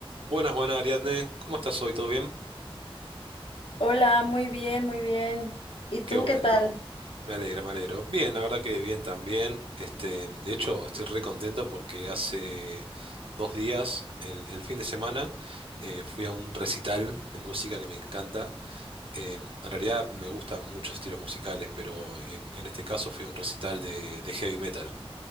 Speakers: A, on the right; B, on the left.
A: Buenas, buenas, Ariadne. ¿Cómo estás hoy? ¿Todo bien?
B: Hola, muy bien, muy bien. ¿Y
A: Qué
B: tú
A: bueno.
B: qué tal?
A: Me alegra, me alegro. Bien, la verdad que bien también. Este, de hecho, estoy re contento porque hace dos días, el, el fin de semana, eh, fui a un recital de música que me encanta. Eh, en realidad me gustan muchos estilos musicales, pero en, en este caso fui a un recital de, de heavy metal.